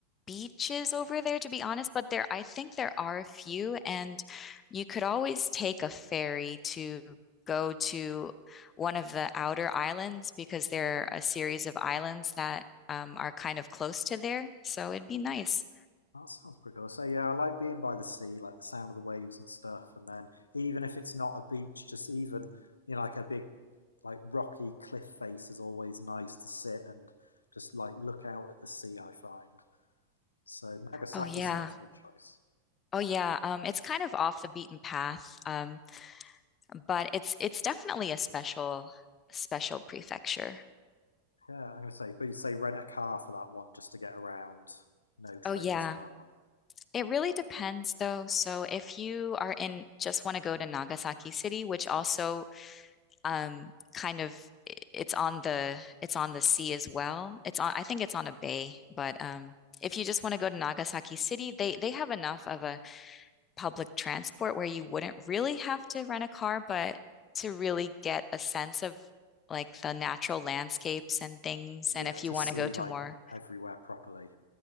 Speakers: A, on the left (about 25°); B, on the left (about 75°).
A: beaches over there, to be honest, but there, I think there are a few, and you could always take a ferry to go to one of the outer islands because there are a series of islands that um, are kind of close to there. So it'd be nice.
B: That sounds pretty cool. So yeah, I like being by the sea, like the sound of the waves and stuff. And then even if it's not a beach, just even you know, like a big, like rocky cliff face is always nice to sit and just like look out at the sea, I find. So Nagasaki
A: Oh yeah.
B: sounds a good choice.
A: Oh yeah. Um, it's kind of off the beaten path, um, but it's it's definitely a special special prefecture.
B: Yeah, I'm gonna say, but you'd say rent a car for that one just to get around. No trains
A: Oh yeah.
B: for that one.
A: It really depends though. So if you are in just want to go to Nagasaki City, which also um kind of i- it's on the it's on the sea as well. It's on I think it's on a bay, but um if you just want to go to Nagasaki City, they they have enough of a public transport where you wouldn't really have to rent a car, but to really get a sense of like the natural landscapes and things
B: Yeah,
A: and if
B: to
A: you want
B: see
A: to go to
B: like
A: more
B: everywhere properly.